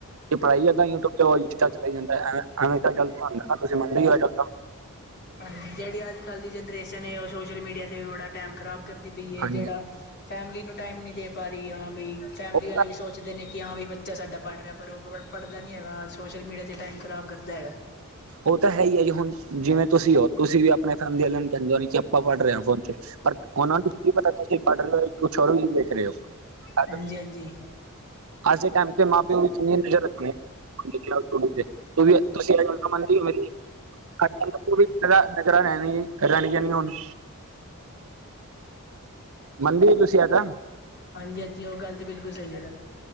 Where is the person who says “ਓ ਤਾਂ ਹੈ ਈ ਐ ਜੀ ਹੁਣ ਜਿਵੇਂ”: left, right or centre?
Right